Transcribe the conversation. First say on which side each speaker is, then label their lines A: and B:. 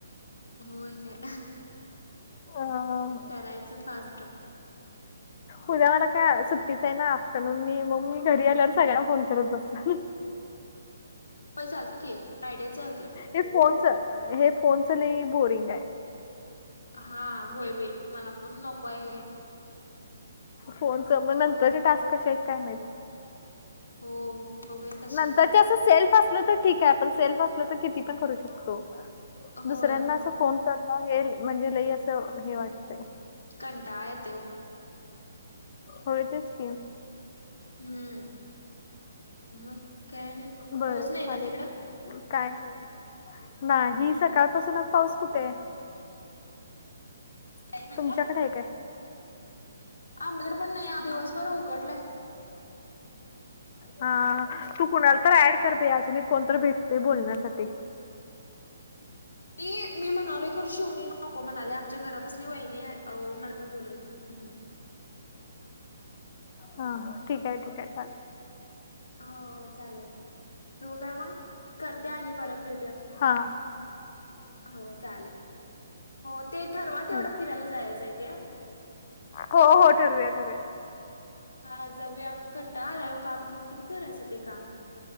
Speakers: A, on the left; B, on the left.
A: होय काय,
B: अ,
A: करायचं फास्ट.
B: उद्या मला काय सुट्टीचं हे ना, म्हणुन मी मग मी घरी आल्यावर सगळ्यांना फोन करत बसणार.
A: हो चालत की, फ्रायडेच हाय उद्या.
B: हे फोनच, हे फोनच ल बोरिंगायं.
A: हा होय बाई. मला पण नको आहे हे.
B: फोनच मग
A: काय
B: नंतरचे
A: करायच
B: टास्क कसे आहेत काय नाहीत.
A: हो बघूया कशा
B: नंतरचे
A: येतात
B: असं सेल्फ अस -- लतर ठिक हाय. सेल्फ असलं तर कितीपण करू शकतो.
A: होय
B: दुसऱ्यांना असं फोन करण हे म्हणजे लई असं हे वाटतंय.
A: कटाळ येतोय ओ.
B: होय तेच की.
A: हम्म मग काय नाही
B: बरं
A: पोहोच नाही
B: चालेल
A: ना तिकडं!
B: काय नाही ना हि सकाळ पासूनच पाऊस कुठे.
A: काय म्हणला
B: तुमच्याकडे आहे काय?
A: आमच्याकडे पण नाही दिवसभर उघडलंय.
B: हा तू कुणाला तर ऍड कर अजून कोणत भेटते बोलण्यासाठी?
A: म मी म्हणालो खर शेवणी नको म्हणाले आमच्या घरापसली वहिणी आहे नरन बोलू ह्म
B: हा ह ठीक आहे ठीक आहे चालेल
A: हो चालेल ठेव काय मग करते आणि परत भेटूया.
B: हा
A: हो चालेल हो ते ठरवा
B: बाय
A: तेवढं फिरायला जायचंय ते
B: हो हो ठरूया ठरवूया
A: हा जाऊया कंटा आलाय काम काम किती करायचं ते काम.